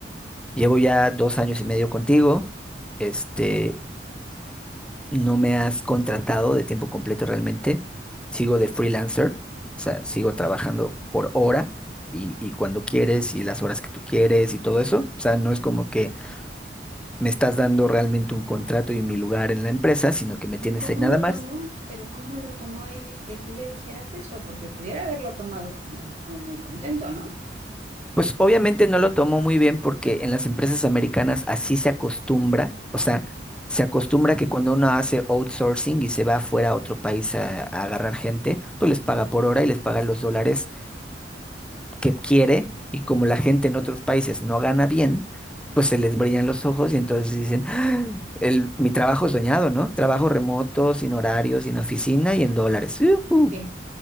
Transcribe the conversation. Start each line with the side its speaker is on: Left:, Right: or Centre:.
Centre: Llevo ya dos años y medio contigo. Este, no me has contratado de tiempo completo realmente. Sigo de freelancer, o sea, sigo trabajando por hora y, y cuando quieres y las horas que tú quieres y todo eso. O sea, no es como que me estás dando realmente un contrato y mi lugar en la empresa, sino que me
Right: ¿Y
Centre: tienes
Right: cómo
Centre: ahí nada
Right: lo
Centre: más.
Right: tomó? Pero ¿cómo lo tomó él el que tú le dijeras eso? Porque pudiera haberlo tomado como no muy contento, ¿no?
Centre: Pues obviamente no lo tomó muy bien porque en las empresas americanas así se acostumbra, o sea, se acostumbra que cuando uno hace outsourcing y se va fuera a otro país a, a agarrar gente, pues les paga por hora y les paga los dólares que quiere y como la gente en otros países no gana bien, pues se les brillan los ojos y entonces dicen, "Ah, el, mi trabajo soñado, ¿no? Trabajo remoto, sin horario, sin oficina y en dólares. ¡Yujú!
Right: Sí,